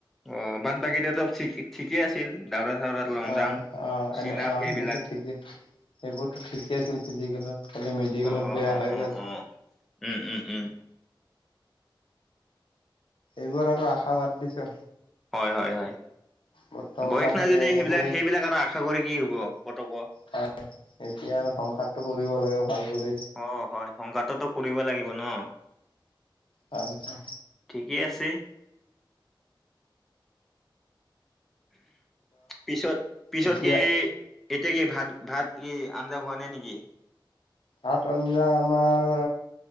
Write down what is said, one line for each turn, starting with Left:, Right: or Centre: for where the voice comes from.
Centre: অ বাদ বাকী টো চপ ঠিকে ঠিকেই আছিল দাউৰা চাউৰাত লং
Left: আহ
Centre: জাম্প
Left: আহ
Centre: চিন
Left: এনে
Centre: আপ
Left: আহ
Centre: সেইবিলাক
Left: এনেতো ঠিক। সেইবোৰতো ঠিকেই আছিল ফিজিকেলত খালি মেডিকেলত
Centre: অ অ
Left: বেয়া
Centre: অ
Left: হৈ
Centre: অ
Left: গল
Centre: অ উম উম উম।
Left: এইবোৰ আৰু আশা বাদ দিছো।
Centre: হয় হয় হয়
Left: বৰ্তমানৰ
Centre: বয়স নাই
Left: সেই
Centre: যদি
Left: এনে
Centre: সেইবিলাক
Left: কৰি
Centre: সেইবিলাক এটা আশা কৰি কি হব। কতক
Left: হয় এতিয়া আৰু সংসাৰটো কৰিব লাগে ভাল কৰি।
Centre: অ হয় সংঘাততো কৰিব লাগিব ন।
Left: হয় হয়।
Centre: ঠিকেই আছে। পিছত পিছত
Left: এতিয়া
Centre: কি এতিয়া কি ভাত ভাত। কি আধা হোৱা নাই নেকি।
Left: ভাত আঞ্জা আমাৰ।